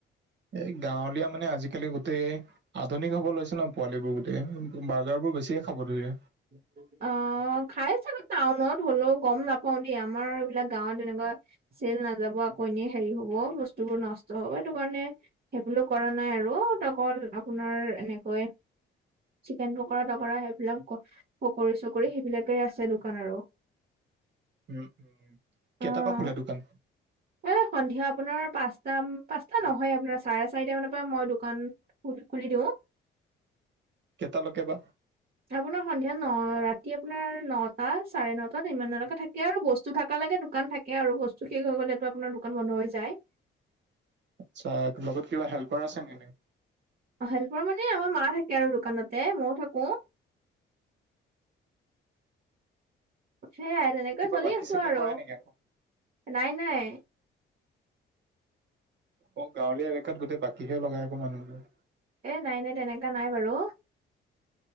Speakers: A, on the right; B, on the right.
A: এই গাঁৱলীয়া মানে আজিকালি গোটেই- আধুনিক হব লৈছে ন পোৱালিবোৰ গোটেই, বাৰ্গাৰবোৰ বেছিকে খাব ধৰিলে।
B: <unintelligible> অঁ' খাই চাগৈ টাউনত, হ'লেও গম নাপাওঁ দেই আমাৰ এইবিলাক গাঁৱত এনেকুৱা- চেল নাযাব আকৌ' এনেই হেৰি হব বস্তুবোৰ নষ্ট হব, সেইটো কাৰণে- সেইবুলো কৰা নাই আৰু অকল আপোনাৰ এনেকৈ- চিকেন পকৰা তকৰা সেইবিলাক- পকৰি চকৰি সেইবিলাকেই আছে দোকান আৰু।
A: উম' উম' কেইটা
B: অ'
A: পা খোলা দোকান?
B: এ সন্ধিয়া আপোনাৰ পাঁচ পাচটা নহয় আপোনাৰ চাৰে চাৰিটা মানৰ পৰা মই দোকান- খুল খুলি দিওঁ।
A: কেটা লৈকে বা।
B: আপোনাৰ সন্ধিয়া ন ৰাতি আপোনাৰ নটা চাৰে নটাত ইমানলৈকে থাকে আৰু বস্তু থাক লৈকে দোকান থাক- কে আৰু বস্তু শেষ হৈ গ'লেটো আপোনাৰ দোকান বন্ধ হৈ যায়।
A: আতছা লগত কিবা হেল্পাৰ আছে নে নাই।
B: অঁ' হেল্পাৰ মানে আমাৰ মা থাকে আৰু দোকানতে মইও থাকোঁ। সেয়াই তেনেকৈ
A: কিবা
B: চলি
A: বাকী
B: আছোঁ
A: চাকি
B: আৰু,
A: কৰে নেকি আকৌ?
B: নাই নাই।
A: অঁ' গাঁৱলীয়া এলেকাত গোটেই বাকীহে লগাই আকৌ মানুহবোৰে।
B: এ নাই নাই তেনেকুৱা নাই বাৰু।